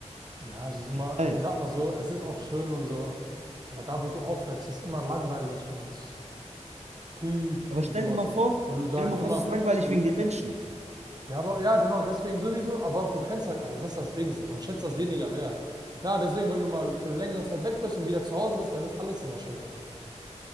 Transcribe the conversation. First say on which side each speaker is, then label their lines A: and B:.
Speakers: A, on the right (about 35°); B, on the right (about 65°).
A: Ja, es ist immer,
B: Geil.
A: ich sag mal so, es ist auch schön und so. Aber da, wo du aufwächst, ist immer langweilig und trüb
B: Aber
A: und
B: stell
A: sowas,
B: dir mal vor,
A: weil du da
B: stell
A: halt
B: dir mal
A: immer,
B: vor, es ist langweilig
A: weil du,
B: wegen den Menschen.
A: ja, aber ja, genau, deswegen sowieso, aber du kennst halt alles, das ist das Ding so, man schätzt das weniger wert. Klar, deswegen, wenn du mal für eine längere Zeit weg bist und wieder zu Hause bist, dann ist alles immer schöner.